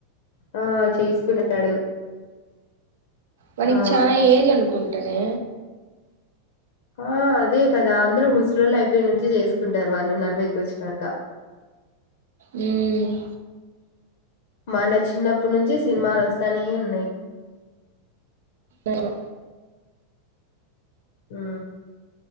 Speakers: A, on the left; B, on the right.
A: ఆ చేసుకున్నాడు
B: వానికి
A: ఆ
B: చాలా ఏజ్ అనుకుంటనే
A: ఆ అదే కదా అందరూ ముసల్లోలు అయిపోయి నుంచి చేసుకుంటారు వాళ్ళు నలభైకి వచ్చినాక
B: ఉమ్
A: మన చిన్నపటినుంచి సినిమాలు వస్తానే ఉన్నాయి
B: అవును
A: ఆ